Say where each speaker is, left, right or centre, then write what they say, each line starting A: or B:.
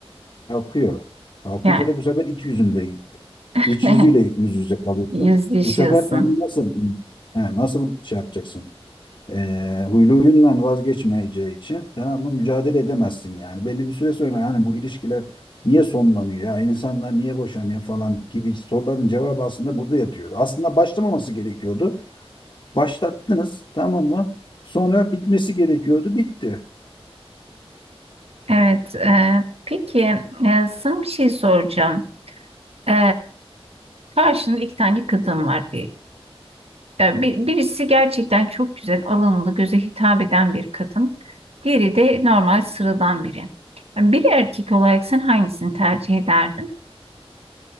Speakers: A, on the left; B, on the right.
A: kalkıyor. Kalkınca
B: Yani
A: da bu sefer iç yüzünle
B: <laughs>
A: iç yüzüyle yüz yüze kalıyorsun.
B: Yüzleşiyorsun.
A: Bu sefer onu nasıl he, nasıl şey yapacaksın? E, huylu huyundan vazgeçmeyeceği için tamam mı mücadele edemezsin yani. Belli bir süre sonra yani bu ilişkiler niye sonlanıyor ya insanlar niye boşanıyor falan gibi soruların cevabı aslında burada yatıyordu. Aslında başlamaması gerekiyordu. Başlattınız tamam mı? Sonra bitmesi gerekiyordu bitti.
B: Evet. e, peki e, sana bir şey soracağım. E, karşında iki tane kadın var diye. E, bir- birisi gerçekten çok güzel, alımlı, göze hitap eden bir kadın. Diğeri de normal, sıradan biri. Yani bir erkek olarak sen hangisini tercih ederdin?